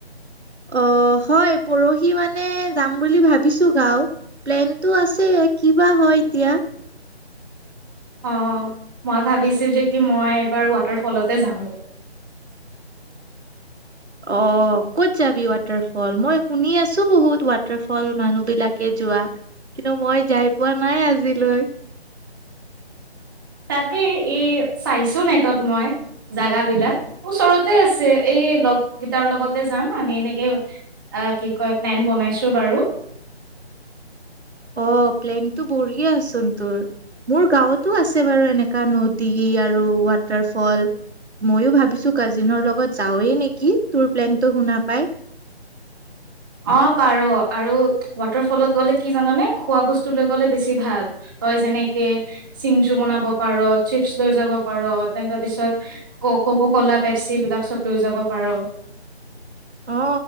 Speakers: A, on the right; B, on the right.
A: অ হয় পৰহি মানে যাম বুলি ভাবিছো গাও প্লেনতটো আছে কিবা হয় এতিয়া
B: অ মই ভাবিছো যে কি মই এইবাৰ ৱাটাৰফলতে যামগৈ
A: অহ কত যাবি ৱাটাৰফল মই শুনি আছো বহুত ৱাটাৰ ফল মানুহ বিলাকে যোৱা কিন্তু মই যাই পোৱা নাই আজিলৈ।
B: তাকেই এই চাইছো নেটত মই জাগা বিলাক ওচৰতে আছে এই লগকেইটাৰ লগতে যাম আমি এনেকে আহ কি কয় প্লেন বনাইছো বাৰু
A: অ প্লেনতটো বঢ়িয়াচোন তোৰ মোৰ গাঁৱতো আছে বাৰু এনেককা নদী আৰু ৱাটাৰফল ময়ো ভাবিছো কাজিনৰ লগত যাওঁৱেই নেকি তোৰ প্লেনটো শুনা পাই
B: অ পাৰ আৰু ৱাটাৰফলত গলে কি জানানে খোৱা বস্তু লৈ গ'লে বেছি ভাল তই যেনেকে চিংজু বনাব পাৰ চিপছ লৈ যাব পাৰ তেনেকে পিছত ক কক' কলা পেপচি বিলাক চব লৈ যাব পাৰ
A: অ